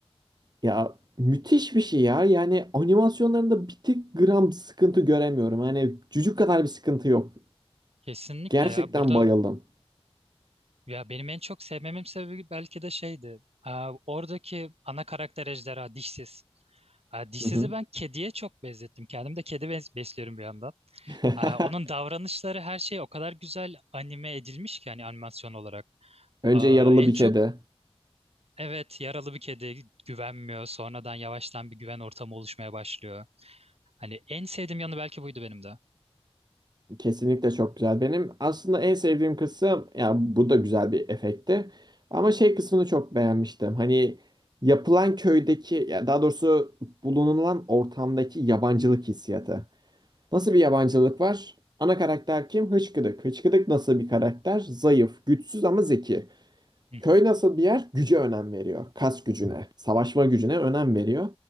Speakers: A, on the right (about 40°); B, on the right (about 70°).
A: Ya müthiş bir şey ya. Yani animasyonlarında bir tık gram sıkıntı göremiyorum. Hani cücük kadar bir sıkıntı yok.
B: Kesinlikle
A: Gerçekten
B: ya. Burada
A: bayıldım.
B: Ya benim en çok sevmemin sebebi belki de şeydi. Aa, oradaki ana karakter ejderha dişsiz. Aa, dişsizi
A: Hı hı.
B: ben kediye çok benzettim. Kendim de kedi bes- besliyorum bir yandan.
A: <laughs>
B: Aa, onun davranışları her şey o kadar güzel anime edilmiş ki hani animasyon olarak.
A: Önce
B: Aa,
A: Yaralı
B: en
A: Bir
B: çok
A: Kedi.
B: evet yaralı bir kedi güvenmiyor. Sonradan yavaştan bir güven ortamı oluşmaya başlıyor. Hani en sevdiğim yanı belki buydu benim de.
A: Kesinlikle çok güzel. Benim aslında en sevdiğim kısım ya bu da güzel bir efekti. Ama şey kısmını çok beğenmiştim. Hani yapılan köydeki ya daha doğrusu bulunulan ortamdaki yabancılık hissiyatı. Nasıl bir yabancılık var? Ana karakter kim? Hıçkıdık. Hıçkıdık nasıl bir karakter? Zayıf, güçsüz ama zeki.
B: Hı hı.
A: Köy nasıl bir yer? Güce önem veriyor. Kas gücüne, savaşma gücüne önem veriyor.